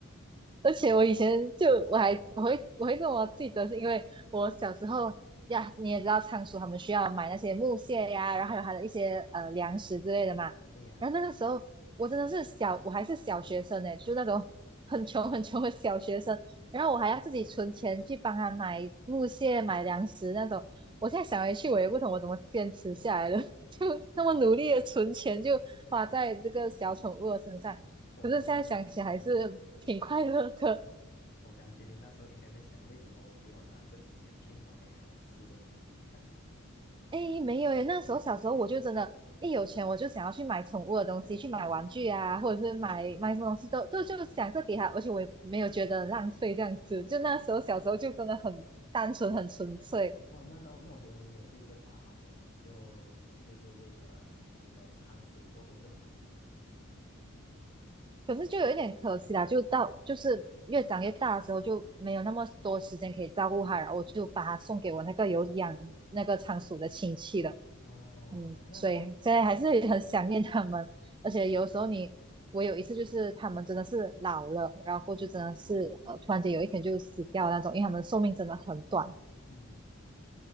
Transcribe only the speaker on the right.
而且我以前就我还我会我会这么记得，是因为我小时候呀，你也知道仓鼠他们需要买那些木屑呀，然后还有它的一些呃粮食之类的嘛。
然后那个时候我真的是小，我还是小学生呢，就那种很穷很穷的小学生。然后我还要自己存钱去帮他买木屑、买粮食那种。我现在想回去，我也不懂我怎么坚持下来了，<laughs> 就那么努力的存钱，就花在这个小宠物的身上。
可是现在想起还是挺快乐的。
<laughs> 哎，没有耶，那时候小时候我就真的，一有钱我就想要去买宠物的东西，去买玩具啊，
或者是买买什么东西都都就想着给他，而且我也没有觉得浪费这样子。就那时候小时候就真的很单纯，很纯粹。
可是就有一点可惜啦，就到就是越长越大的时候就没有那么多时间可以照顾他，然后我就把他送给我那个有养那个仓鼠的亲戚了。
嗯，
所以现在还是很想念他们，而且有时候你，我有一次就是他们真的是老了，然后过就真的是呃，突然间有一天就死掉那种，因为他们寿命真的很短，